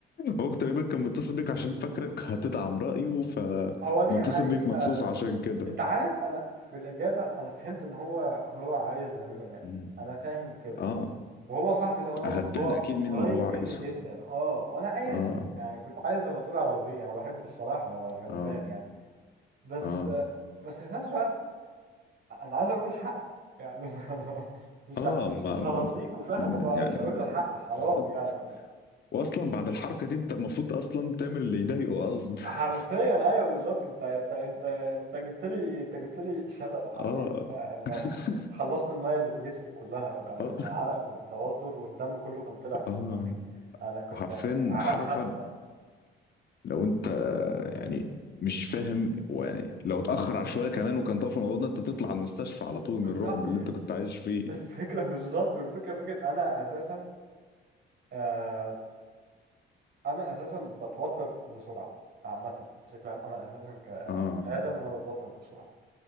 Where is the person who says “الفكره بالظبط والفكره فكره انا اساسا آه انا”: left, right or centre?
Right